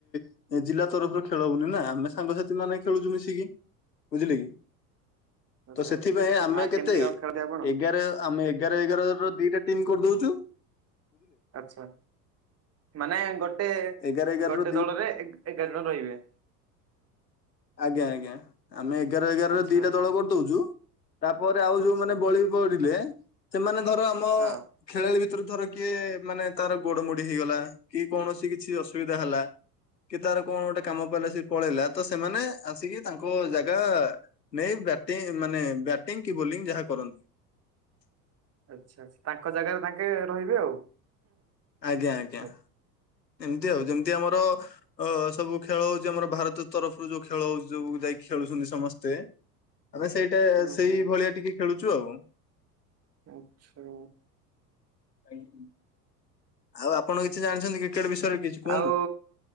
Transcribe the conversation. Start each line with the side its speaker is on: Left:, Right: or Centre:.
Left: ଏ ଜିଲ୍ଲା ତରଫରୁ ଖେଳ ହଉନି ନା ଆମେ ସାଙ୍ଗସାଥି ମାନେ ଖେଳୁଚୁ ମିଶିକି ବୁଝିଲେ କି?
Right: ଆଚ୍ଛା
Left: ତ ସେଥିପାଇଁ
Right: ଆଚ୍ଛା
Left: ଆମେ
Right: ଆ
Left: କେତେ
Right: କେମିତି କଣ ଖେଳନ୍ତି ଆପଣ?
Left: ଏଗାର ଆମେ ଏଗାର ଏଗାର ର ଦିଟା ଟିମ୍ କରିଦଉଚୁ।
Right: ଆଛା ମାନେ ଗୋଟେ
Left: ଏଗାର ଏଗାର
Right: ଗୋଟେ
Left: ର ଦି
Right: ଦଳରେ ଏଗାର ଜଣ ରହିବେ।
Left: ଆଜ୍ଞା ଆଜ୍ଞା ଆମେ ଏଗାର ଏଗାରରେ
Right: ଆଚ୍ଛା
Left: ଦି
Right: ଆଚ୍ଛା
Left: ଦଳ କରି ଦଉଚୁ ତାପରେ ଆଉ
Right: ଆଚ୍ଛା
Left: ଯୋଉମାନେ ବଳି ପଡିଲେ ସେମାନେ ଧର ର ଆମ
Right: ହଁ
Left: ଖେଳାଳି ଭିତରେ ଧର କିଏ ମାନେ ତାର ଗୋଡ ମୋଡି ହେଇଗଲା କି କୌଣସି କିଛି ଅସୁବିଧା ହେଲା କି ତାର କଣ ଗୋଟେ କାମ ପାଇଲା ସେ ପଳେଇଲା ତ ସେମାନେ ଆସିକି ତାଙ୍କ ଜାଗା ନାଇଁ ବ୍ୟାଟିଂ ମାନେ ବ୍ୟାଟିଂ କି ବୋଲିଂ ଯାହା କରନ୍ତି।
Right: ଆଚ୍ଛା ଆଛା ତାଙ୍କ ଜାଗାରେ ତାଙ୍କେ ରହିବେ ଆଉ।
Left: ଆଜ୍ଞା ଆଜ୍ଞା
Right: ଆଚ୍ଛା
Left: ଏମିତି ଆଉ ଯେମିତି ଆମର ଅ ସବୁ ଖେଳ ହଉଚି ଆମର ଭାରତ ତରଫରୁ ଯୋଉ ଖେଳ ହଉଚି ଯୋଉ ଯାଇକି ଖେଳୁଚନ୍ତି ସମସ୍ତେ ଆମେ ସେଇଟା
Right: ହୁଁ
Left: ସେଇ
Right: ହୁଁ
Left: ଭଳିଆ ଟିକେ ଖେଳୁଚୁ ଆଉ।
Right: ଆଛା।
Left: ଆଉ ଆପଣ କିଛି ଜାଣିଚନ୍ତି କ୍ରିକେଟ ବିଷୟରେ?? କିଛି କୁହନ୍ତୁ
Right: ଆଉ